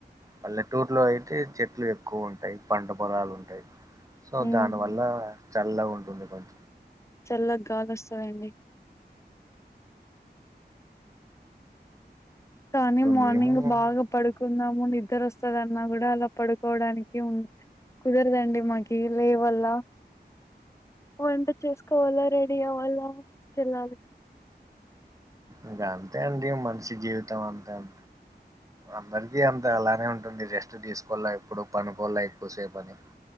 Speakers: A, on the right; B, on the left.
A: పల్లెటు టూర్లో అయితే చెట్లు ఎక్కువ ఉంటాయి. పంట పొలాలు ఉంటాయి. సో
B: మ్మ్
A: దాని వల్ల చల్లగ ఉంటుంది కొంచ
B: చల్ల గాలి వస్తదండి కానీ
A: ఇప్పుడు
B: మార్నింగ్
A: మేము
B: బాగా పడుకొ ము నిద్దరవస్తాది అన్న కూడా అలా పడుకోవడానికి ఉన్ కుదరదండి. మాకి లేవల్ల వంట చేసుకోవాలా, రెడీ అవ్వాలా, తీసుకెళ్ళాలి.
A: ఇంకా అంతే అండి మంచి జీవితం అంతే అం అందరికీ అంత అలానే ఉంటుంది. రెస్ట్ తీసుకోలా ఎప్పుడు పనుకోలా ఎక్కువసేపు అని